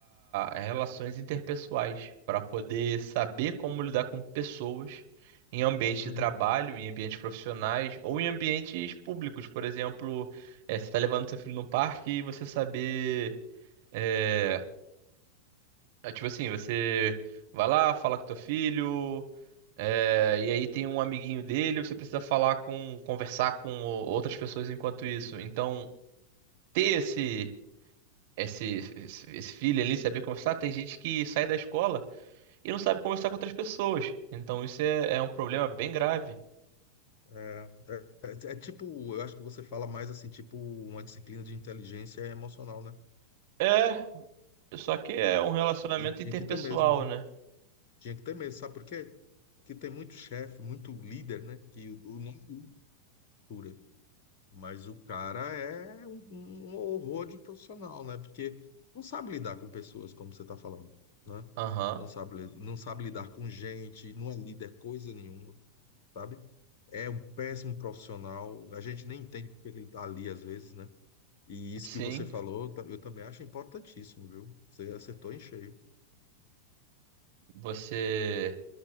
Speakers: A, on the right (about 50°); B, on the left (about 45°).
A: relações interpessoais, para poder saber como lidar com pessoas em ambientes
B: Uhum.
A: de trabalho, em ambientes profissionais ou em ambientes públicos, por exemplo, eh, você está levando seu filho no parque e você saber, eh, é tipo assim, você vai lá, fala com teu filho, eh, e aí tem um amiguinho dele, você precisa falar com, conversar com o- outras pessoas enquanto isso. Então, ter esse esse, esse, esse feeling ali, saber conversar. Tem gente que sai da escola e não sabe conversar com outras pessoas. Então isso é, é um problema bem grave.
B: É, é, é é tipo, eu acho que você fala mais assim, tipo, uma disciplina de inteligência emocional, né?
A: É, só que é um relacionamento
B: E tinha
A: interpessoal,
B: que ter mesmo, viu?
A: né?
B: Tinha que ter mesmo, sabe por quê? Porque tem muito chefe, muito líder, né? Que o, o nome é cultura, mas o cara é um, um horror de profissional, né? Porque não sabe lidar com pessoas, como você tá falando, né?
A: Aham,
B: Não sabe, li- não sabe lidar com gente, não é líder coisa nenhuma, sabe? É um péssimo profissional, a gente nem entende porque ele tá ali às vezes, né? E isso
A: sim.
B: que você falou, ta- eu também acho importantíssimo, viu? Você acertou em cheio.
A: Você